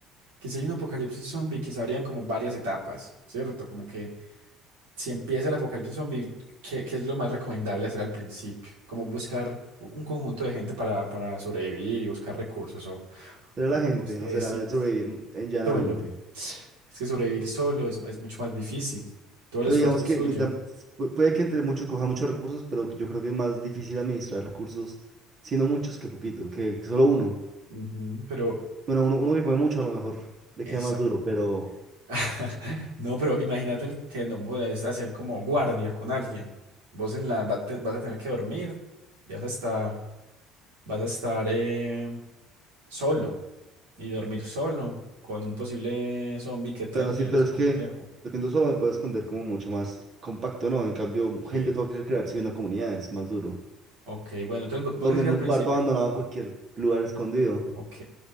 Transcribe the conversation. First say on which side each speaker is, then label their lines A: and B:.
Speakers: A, on the right; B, on the right.
A: que si hay un apocalipsis zombie, que se abrían como varias etapas, ¿cierto? Como que si empieza el apocalipsis zombie, ¿qué, qué es lo más recomendable hacer al principio? Como buscar u- un conjunto de gente para, para sobrevivir y buscar recursos, o,
B: ¿Será
A: o,
B: la gente
A: o es que
B: o será
A: decís
B: el sobrevivir eh, llanamente?
A: solo. Es que sobrevivir solo es, es mucho más difícil. Todo el
B: Pero
A: esfuerzo
B: digamos
A: es
B: que
A: suyo.
B: mientras- pu- puede que entre muchos coja muchos recursos, pero yo creo que es más difícil administrar recursos siendo muchos que poquito, que que solo uno.
A: Ujú, pero
B: Bueno, uno, uno que come mucho a lo mejor le
A: esa.
B: queda más duro, pero
A: <laughs> No, pero imagínate el que no podés hacer como guardia con alguien. Vos en la va a te- vas a tener que dormir y vas a estar. Vas a estar eh, solo y dormir solo con un posible zombie que te
B: bueno,
A: entre.
B: sí, pero
A: Es complejo.
B: es que durmiendo solo me puedo esconder como mucho más compacto, ¿no? En cambio,
A: Ok,
B: gente toca que crearse una comunidad, es más duro.
A: ok, bueno, entonces vo- vos
B: Dormir
A: decís que
B: en
A: al
B: un
A: principio,
B: cuarto abandonado en cualquier lugar escondido.
A: ok.